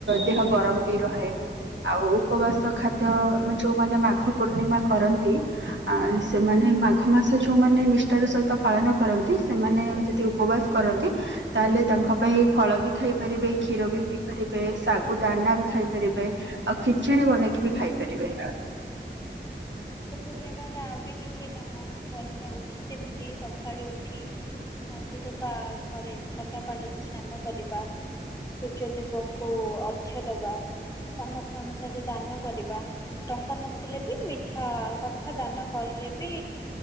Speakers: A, on the right; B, on the left.
A: ଦେହ ଗରମ ବି ରହେ। ଆଉ ଉପବାସ ଖାଦ୍ୟ ଯୋଉମାନେ ମାଘ ପୂର୍ଣ୍ଣିମା କରନ୍ତି। ଆ ସେମାନେ ମାଘ ମାସ ଯୋଉମାନେ ନିଷ୍ଠାର ସହିତ ପାଳନ କରନ୍ତି, ସେମାନେ ଯଦି ଉ ଉପବାସ କରନ୍ତି ତାହେଲେ ତାଙ୍କ ପାଇଁ ଫଳ ବି ଖାଇ ପାରିବେ କ୍ଷୀର ବି ପିଇ ପାରିବେ ଶାଗୁ ଦାନା ବି ଖାଇ ପାରିବେ। ଆଉ ଖିଚିଡୀ ବନେଇକି ବି ଖାଇ ପାରିବେ।
B: ମାଘ ପୂର୍ଣ୍ଣିମାରେ ଆଉ ବି କିଛି କାମ କରିବା ଉଚିତ, ଯେମିତି ସକାଳୁ ଉଠି ନଦୀରେ ବା ଘରେ ଥଣ୍ଡା ପାଣିରେ ସ୍ନାନ କରିବା। ସୂର୍ଯ୍ୟଦେବଙ୍କୁ ଅର୍ଘ୍ୟ ଦେବା। ସାମର୍ଥ୍ୟ ଅନୁସାରେ ଦାନ କରିବା, ଟଙ୍କା ନଥିଲେ ବି ମିଠା ମିଠା ଦାନ କରିଲେ ବି